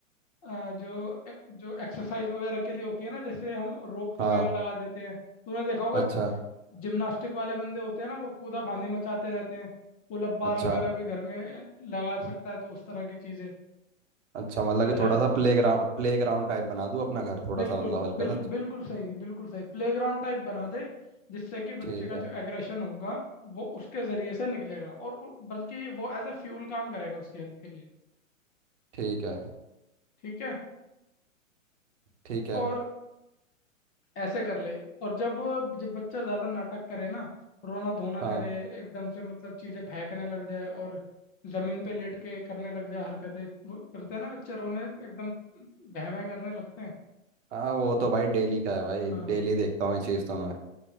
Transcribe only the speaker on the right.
हाँ
अच्छा
अच्छा
अच्छा मतलब
कि
थोड़ा
सा playground playground type बना दूँ अपना घर थोड़ा
सा मतलब हल्का
सा
ठीक
है
ठीक है
ठीक है
हाँ
हाँ वो तो भाई डेली का है भाई
डेली देखता हूँ ये चीज़ तो मैं